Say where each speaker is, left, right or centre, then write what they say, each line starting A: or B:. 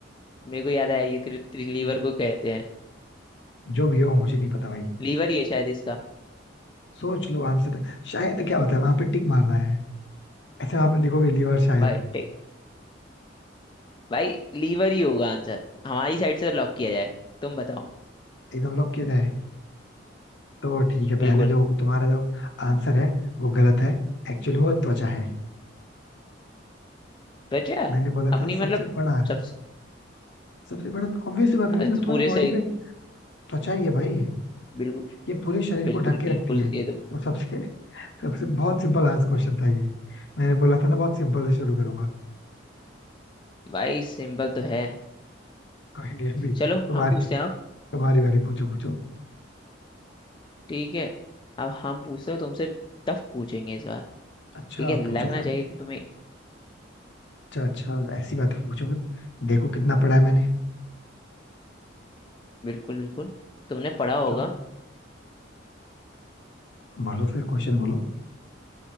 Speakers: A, on the left; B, on the left.
A: मेरे को याद आया यकृत लीवर को कहते हैं
B: जो भी हो मुझे नहीं पता भाई
A: लीवर ही है शायद इसका
B: सोच लो आंसर शायद क्या होता है वहां पे टिक मारना है ऐसे वहां पे लिखोगे लीवर शायद
A: भाई टेक भाई लीवर ही होगा आंसर हमारी साइड से लॉक किया जाए तुम बताओ
B: एकदम लॉक किया जाए तो ठीक है पहले
A: बिल्कुल
B: जो तुम्हारा जो आंसर है वो गलत है एक्चुअली वो त्वचा है
A: तो अच्छा
B: मैंने बोला
A: अपनी
B: था
A: मतलब
B: सबसे बड़ा
A: सबसे
B: सबसे बड़ा ऑब्वियस बात है भाई
A: आज
B: वो
A: तो
B: तुम्हारी
A: पूरे
B: बॉडी
A: सही
B: पे त्वचा ही है भाई ये
A: बिल्कुल
B: ये पूरे शरीर
A: बिल्कुल
B: को ढक के
A: बिल्कुल
B: रखती है
A: ये तो
B: तो सबसे सबसे बहुत सिंपल आज क्वेश्चन था ये मैंने बोला था ना बहुत सिंपल से शुरू करूंगा
A: भाई सिंपल तो है
B: कोई नहीं अभी
A: चलो
B: तुम्हारी
A: हम पूछते हैं अब
B: तुम्हारी बारी पूछो पूछो
A: ठीक है अब हम पूछते हो तुमसे टफ पूछेंगे इस बार
B: अच्छा
A: ठीक है लगना
B: पूछो फिर
A: चाहिए कि तुम्हें
B: अच्छा अच्छा ऐसी बात है पूछो फिर देखो कितना पढ़ा है मैंने
A: बिल्कुल बिल्कुल तुमने पढ़ा
B: पूछो
A: होगा
B: बोलो फिर क्वेश्चन बोलो